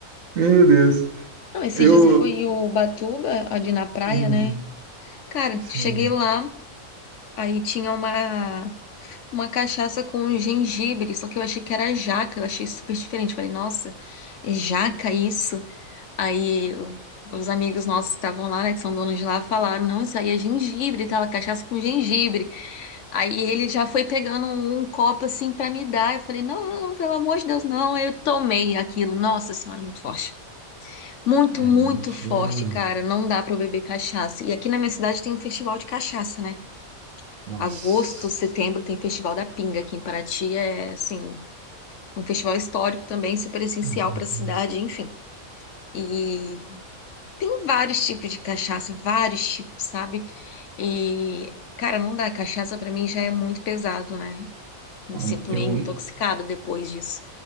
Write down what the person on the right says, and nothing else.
Meu Deus.
Eu,
Hum,
sim.
É,
imagina.
Nossa.
Uhum.
Bom,
Eu,